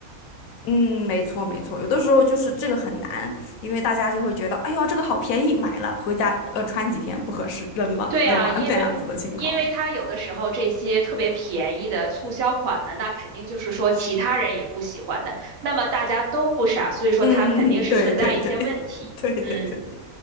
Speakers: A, on the left; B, on the right.
A: 嗯，没错没错，有的时候就是这个很难，因为大家就会觉得，哎呦，这个好便宜，买了回家呃穿几天不合适，扔了，
B: 对啊，
A: 对吗？
B: 因为因为它有的时候这些特别便宜的促销款呢，
A: <laughs> 这样子的情况。
B: 那肯定就是说其他人也不喜欢的，那么大家都不傻，所以说它肯定是存在一些问题。
A: 嗯，对对对 <laughs> 对对对，
B: 嗯